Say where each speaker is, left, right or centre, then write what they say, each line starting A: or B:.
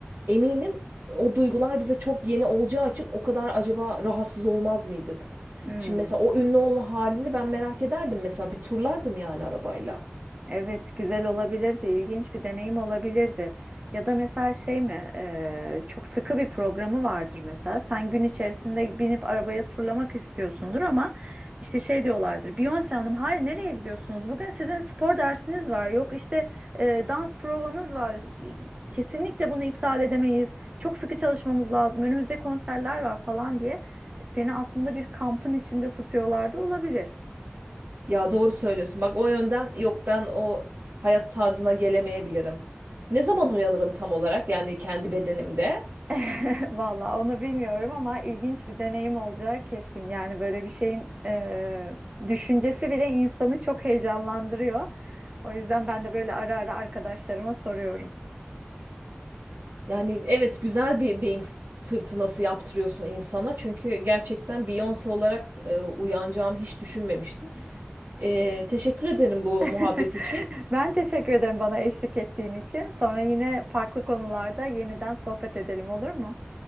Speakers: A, on the right; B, on the right.
A: eminim o duygular bize çok yeni olacağı için o kadar acaba rahatsız olmaz mıydık?
B: Hmm.
A: Şimdi mesela o ünlü olma halini ben merak ederdim mesela bir turlardım yani arabayla.
B: Evet, güzel olabilirdi, ilginç bir deneyim olabilirdi. Ya da mesela şey mi, e, çok sıkı bir programı vardır mesela. Sen gün içerisinde binip arabaya turlamak istiyorsundur ama işte şey diyorlardır. Beyoncé Hanım, hayır nereye gidiyorsunuz? Bugün sizin spor dersiniz var. Yok işte e, dans provanız var. Kesinlikle bunu iptal edemeyiz. Çok sıkı çalışmamız lazım. Önümüzde konserler var falan diye seni aslında bir kampın içinde tutuyorlar da olabilir.
A: Ya doğru söylüyorsun. Bak o yönden yok ben o hayat tarzına gelemeyebilirim. Ne zaman uyanırım tam olarak yani kendi bedenimde?
B: <laughs> Vallahi onu bilmiyorum ama ilginç bir deneyim olacağı kesin. Yani böyle bir şeyin e, düşüncesi bile insanı çok heyecanlandırıyor. O yüzden ben de böyle ara ara arkadaşlarıma soruyorum.
A: Yani evet güzel bir beyin f- fırtınası yaptırıyorsun insana. Çünkü gerçekten Beyoncé olarak e, uyanacağımı hiç düşünmemiştim. E, teşekkür ederim bu
B: <laughs>
A: muhabbet için.
B: Ben teşekkür ederim bana eşlik ettiğin için. Sonra yine farklı konularda yeniden sohbet edelim olur mu?